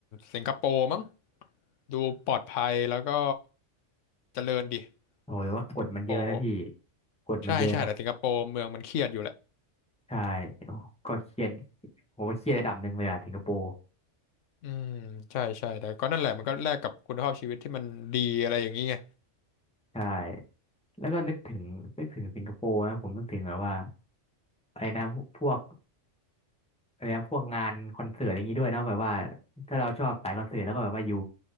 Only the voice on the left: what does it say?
สิงคโปร์มั้งดูปลอดภัยแล้วก็เจริญดิ
สิงคโปร์
ใช่ใช่แต่สิงคโปร์เมืองมันเครียดอยู่แหละ
อืมใช่ใช่แต่ก็นั่นแหละมันก็แลกกับคุณภาพชีวิตที่มันดีอะไรอย่างนี้ไง